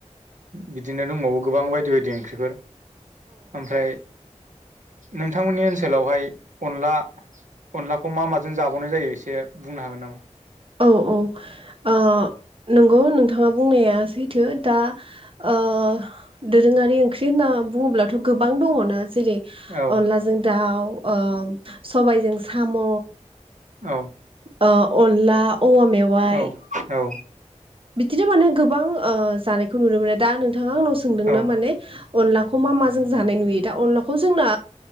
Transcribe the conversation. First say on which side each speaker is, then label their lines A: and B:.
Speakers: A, on the right (about 80°); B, on the right (about 45°).
A: बिदिनो दंबावो गोबां बायदि बायदि ओंख्रिफोर ओमफ्राय नोंथांमोननि ओनसोलावहाय अनला अनलाखौ मा माजों जाबावनाय जायो एसे बुंनो हागोन नामा?
B: औ औ ओ नों नंगौ नोंथाङा बुंनाया सैथो दा ओ दोरोङारि ओंख्रि होनना बुङो ब्लाथ' गोबां दङना जेरै
A: औ
B: अनलाजों दाउ ओ सबायजों साम'
A: औ
B: ओ अनला औवा मेवाइ
A: औ औ
B: बिदिनो माने गोबां जानायखौ नुनो मोनो। दा नोंथाङा आंनाव सोंदों
A: औ
B: ना माने अलाखौ मा मा जों जानाय नुयो दा अनलाखौ जोंना